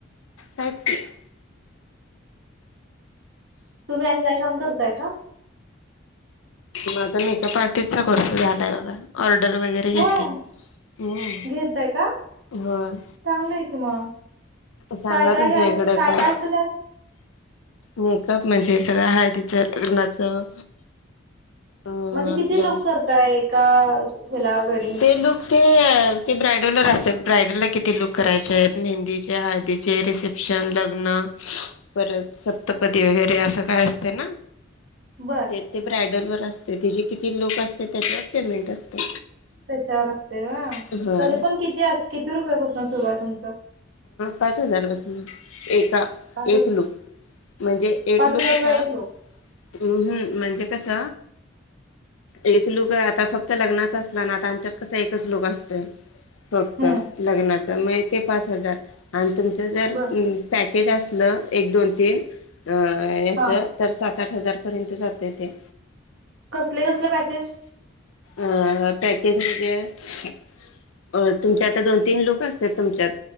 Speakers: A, on the left (about 90°); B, on the right (about 60°).
A: आहेत.
B: तुम्ही आणि काय काम करताय का?
A: माझा मेकअप आर्टिस्टचा कोर्स झालाय बघा ऑर्डर वगैरे घेते.
B: होय
A: ह
B: घेतय का
A: होय.
B: चांगलंय की मग
A: सांगा
B: काय काय
A: तुमच्या इकडं काय?
B: असतं त्यात
A: मेकअप म्हणजे सगळं हळदीचं लग्नाचं अ
B: म्हणजे किती
A: आपल्या
B: लोक करताय काय वेळ.
A: ते लुक ते ते ब्रायडलवर असते ब्रायडलला किती लूक करायचे आहेत मेहंदीचे हळदीचे रिसेप्शन लग्न परत सप्तपदी वगैरे असं काय असते ना.
B: बर
A: ते ते ब्रायडल वर असते ते जे किती लोक असते त्याच्यावर पेमेंट असते.
B: त्याच्यावर असते वा
A: होय
B: तरी पण किती किती रुपयापासन सुरू आहे तुमचं?
A: पाच हजारपासून एका
B: पाच हजार
A: एक लूक. म्हणजे एक
B: पाच
A: लुक
B: हजारला
A: कसा
B: एक लोक
A: हम म्हणजे कस. एक लुक आता फक्त लग्नाच असला ना आता आमच्यात कसा एकच लुक असतो. फक्त
B: हम्म
A: लग्नाच म्ह ते पाच हजार आणि तुमच जर
B: बर
A: पॅकेज असलं एक दोन तीन याचं.
B: हा
A: तर सात आठ हजारपर्यंत जात ते.
B: कसले कसले पॅकेज
A: अ पॅकेज म अ तुमच्या आता दोन तीन लोक असतात तुमच्यात